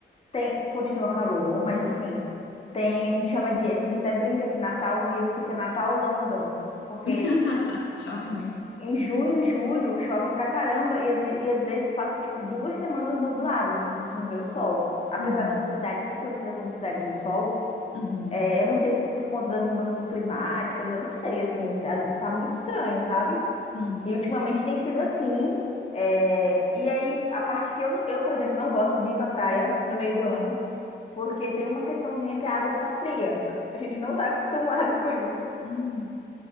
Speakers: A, on the left; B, on the left.
A: tem, continua calor, mas
B: Ah.
A: assim, tem, a gente chama de, a gente até brinca que Natal vi- fica Natal London. Porque
B: <laughs> Chove muito.
A: em junho e julho chove pra caramba e, às ve- e às vezes passa tipo duas semanas nublado, assim, a gente não vê o sol. Apesar
B: Uhum,
A: da cidade ser conhecida como Cidade do Sol,
B: uhum.
A: É, eu não sei se por conta das mudanças climáticas, eu não sei, assim, tá, tá muito estranho, sabe?
B: Sim,
A: E ultimamente tem sido assim. é, e aí, a parte que eu não, eu, por exemplo, não gosto de ir pra praia no meio do ano, porque tem uma questãozinha que a água fica fria. <laughs> A gente não tá <laughs> acostumado com isso.
B: hum,